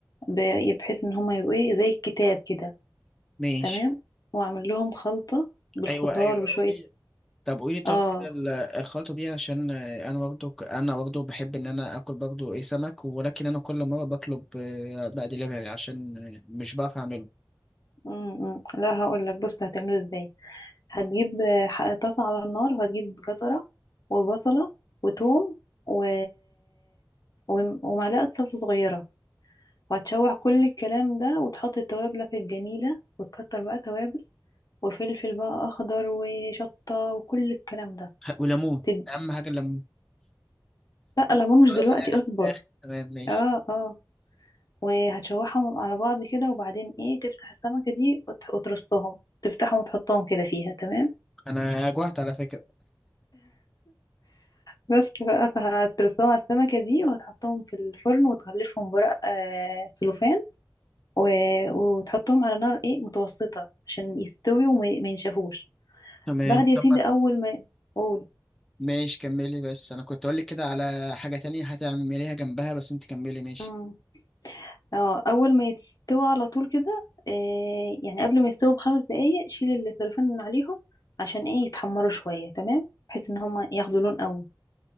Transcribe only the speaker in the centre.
ماشي
ايوه ايوه
قولي طب قولي طب
كده ال- الخلطه دي عشان آه، انا برضه ك- انا برضه بحب ان انا اكل برضه ايه سمك ولكن انا كل مره بطلب آه، بقى دليفري عشان آه، مش بعرف اعمله
ه- وليمون
اهم حاجه الليمون
لو
ده في الاخر
في الاخر تمام ماشي
انا جوعت على فكره
تمام
طب
ما-
ماشي كملي بس انا كنت اقول لك كده على حاجه تانية هتعمليها جنبها بس انت كملي ماشي